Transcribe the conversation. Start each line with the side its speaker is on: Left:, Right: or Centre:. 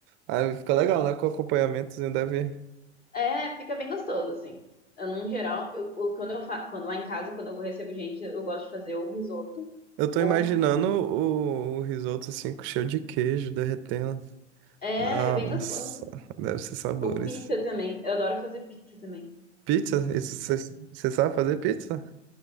Right: Aí fica legal, né? Com acompanhamentozinho deve.
Left: É, fica bem gostoso, assim. Eu, no geral, eu, eu- quando eu fa quando lá em casa, quando eu recebo gente, eu gosto de fazer o risoto,
Right: Eu tô
Left: ou,
Right: imaginando
Left: um- um-
Right: o, o risoto assim, com- cheio de queijo, derretendo.
Left: é,
Right: Nossa,
Left: é bem gostoso.
Right: deve ser sabores.
Left: Ou pizza também, eu adoro fazer pizza também.
Right: Pizza? Isso, você sabe fazer pizza?